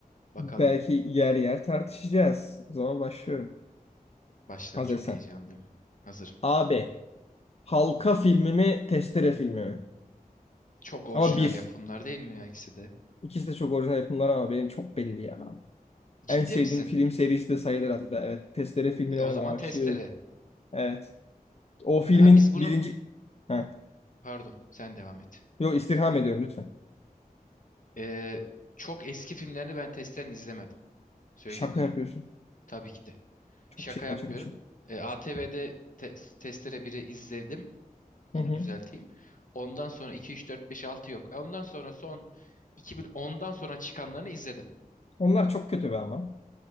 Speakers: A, on the left; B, on the left.
A: Bakalım.
B: Belki yer yer tartışacağız. O zaman başlıyorum.
A: Başla.
B: Hazırsan.
A: Çok heyecanlıyım. Hazırım.
B: Abi. Halka filmi mi, Testere filmi mi?
A: Çok orijinal
B: Ama bir.
A: yapımlar değil mi ya ikisi de?
B: İkisi de çok orijinal yapımlar ama benim çok belli ya. En
A: Ciddi
B: sevdiğim
A: misin?
B: film serisi de sayılır hatta. Evet. Testere filmine
A: O
B: ben
A: zaman
B: aşığım.
A: testere.
B: Evet. O filmin
A: Ha biz bunu...
B: birinci... Ha.
A: Pardon. Sen devam et.
B: Yok istirham ediyorum lütfen.
A: Ee, çok eski filmlerini ben testlerini izlemedim. Söyleyeyim
B: Şaka
A: bunu.
B: yapıyorsun.
A: Tabii ki de.
B: Çok
A: Şaka
B: şey kaçırmışım.
A: yapmıyorum. E, ATV'de te- Testere biri izledim.
B: Hı
A: Onu
B: hı.
A: düzelteyim. Ondan sonra 2, 3, 4, 5, 6 yok. E, Ondan sonra son 2010'dan sonra çıkanlarını izledim.
B: Onlar çok kötü be ama.